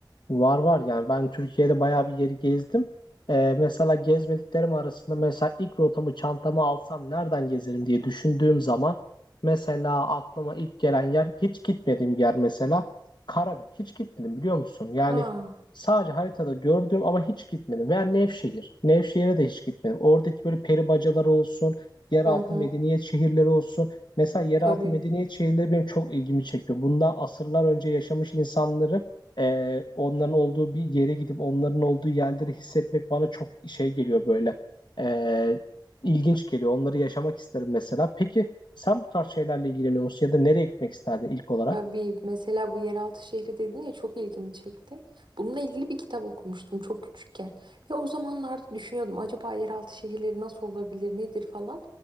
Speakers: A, on the left; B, on the right.
A: Var var yani ben Türkiye'de bayağı bir yeri gezdim. Ee, mesela gezmediklerim arasında mesela ilk rotamı çantama alsam nereden gezerim diye düşündüğüm zaman mesela aklıma ilk gelen yer hiç gitmediğim bir yer mesela Karabük hiç gitmedim biliyor musun? Yani
B: Aa,
A: sadece haritada gördüm ama hiç gitmedim veya Nevşehir. Nevşehir'e de hiç gitmedim. Oradaki böyle peri bacaları olsun, yeraltı
B: hı hı,
A: medeniyet şehirleri olsun. Mesela yeraltı
B: tabii.
A: medeniyet şehirleri benim çok ilgimi çekiyor. Bundan asırlar önce yaşamış insanları ee, onların olduğu bir yere gidip onların olduğu yerleri hissetmek bana çok şey geliyor böyle. Ee, ilginç geliyor. Onları yaşamak isterim mesela. Peki sen bu tarz şeylerle ilgileniyor musun ya da nereye gitmek isterdin ilk olarak?
B: Tabii mesela bu yeraltı şehri dedin ya çok ilgimi çekti. Bununla ilgili bir kitap okumuştum çok küçükken. Ve o zamanlarda düşünüyordum acaba yeraltı şehirleri nasıl olabilir nedir falan.